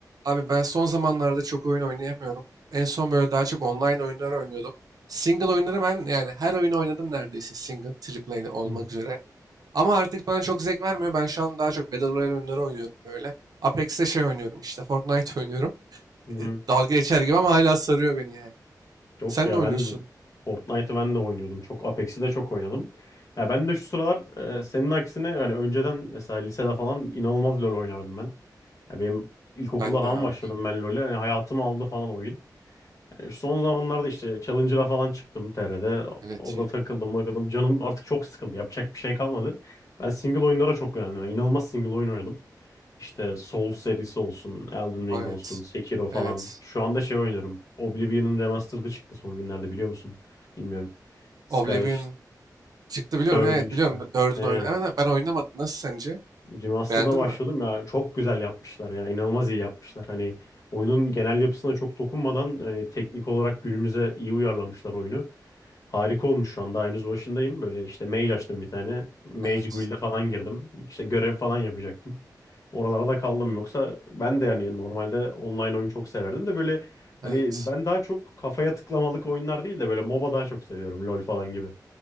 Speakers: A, on the right; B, on the left.
A: Abi ben son zamanlarda çok oyun oynayamıyorum. En son böyle daha çok online oyunlar oynuyordum. Single oyunları ben yani her oyunu oynadım neredeyse single, triple A olmak
B: Hı
A: üzere. Ama artık bana çok zevk vermiyor. Ben şu an daha çok Battle Royale oyunları oynuyorum böyle. Apex'te şey oynuyorum işte Fortnite <laughs> oynuyorum.
B: hı.
A: E, dalga geçer gibi ama hala sarıyor beni yani.
B: Yok
A: Sen
B: ya
A: ne oynuyorsun?
B: ben de Fortnite'ı ben de oynuyordum. Çok Apex'i de çok oynadım. Ya ben de şu sıralar e, senin aksine yani önceden mesela lisede falan inanılmaz LoL oynardım ben. Ya benim ilkokulda
A: Ben
B: falan
A: de abi.
B: başladım ben LoL'e. Yani hayatımı aldı falan oyun. E, Son zamanlarda işte Challenger'a falan çıktım TR'de.
A: Evet
B: Orada
A: iyi.
B: takıldım bakalım. Canım artık çok sıkıldı. Yapacak bir şey kalmadı. Ben single oyunlara çok yöneldim. Yani İnanılmaz single oyun oynadım. İşte Souls serisi olsun, Elden Ring
A: Evet.
B: olsun, Sekiro falan.
A: Evet.
B: Şu anda şey oynuyorum. Oblivion'un remastered'ı çıktı son günlerde biliyor musun? Bilmiyorum. Sky
A: Oblivion çıktı biliyorum.
B: Third'ün
A: Evet
B: işte.
A: biliyorum. Dördün
B: Aynen.
A: oyunu. Evet, ben oynamadım. Nasıl sence?
B: Remaster'da
A: Beğendin
B: başladım
A: mi?
B: ya çok güzel yapmışlar ya inanılmaz iyi yapmışlar. Hani oyunun genel yapısına çok dokunmadan hani teknik olarak günümüze iyi uyarlamışlar oyunu. Harika olmuş şu an daha henüz başındayım. Böyle işte mage açtım bir tane. Mage
A: Evet.
B: Guild'e falan girdim. İşte görev falan yapacaktım. Oralara da kaldım yoksa ben de yani normalde online oyun çok severdim de böyle hani
A: Evet.
B: ben daha çok kafaya tıklamalık oyunlar değil de böyle MOBA daha çok seviyorum. LoL falan gibi.